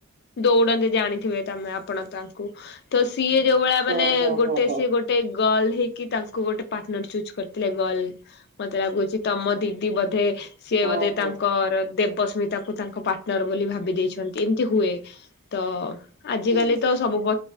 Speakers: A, on the left (about 50°); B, on the right (about 45°).
A: ଦୋଉଡନ୍ତି ଜାଣିଥିବେ ତମେ ଆପଣ ତାଙ୍କୁ ତ ସେ ସିଏ ଯୋଉ ଭଳି ମାନେ
B: ହଁ ହଁ
A: ଗୋଟେ,
B: ହଁ ହଁ
A: ସିଏ ଗୋଟେ ଗଲ ହେଇକି, ତାଙ୍କୁ ଗୋଟେ ପାର୍ଟନର ଚୁଜ୍ କରିଥିଲେ ଗର୍ଲ, ମତେ ଲାଗୁଛି ତମ ଦିଦି ବୋଧେ ସିଏ
B: ହଁ
A: ବୋଧେ
B: ହଁ
A: ତାଙ୍କର ଦେବସ୍ମିତା କ ତାଙ୍କ ପାର୍ଟନର ବୋଲି ଭାବି ଦେଇଛନ୍ତି ଏମିତି ହୁଏ। ତ ଆଜିକାଲି
B: ହୁଁ।
A: ତ ସବୁ ବ